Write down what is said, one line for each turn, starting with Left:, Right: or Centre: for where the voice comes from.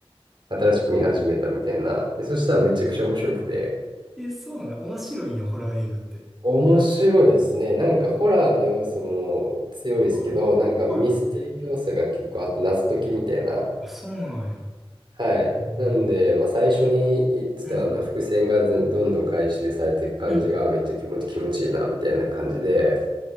Right: 新しく見始めたみたいな。
Centre: うん
Right: で、そしたらめちゃくちゃ面白くて。
Centre: え、そうなん。面白いんや、ホラー映画って。
Right: 面白いですね。なんかホラーの要素も強いですけど、
Centre: うんはい
Right: なんかミステリー要素が結構あって謎解きみたいな
Centre: はいはい。あ、そうなんや。
Right: はい。
Centre: うん
Right: なんで、まあ、最初に言ってたあの伏線がずどんどん回収されていく感じがめっちゃ気持ち、
Centre: うんうん。うん。
Right: 気持ちいいなみたいな感じで、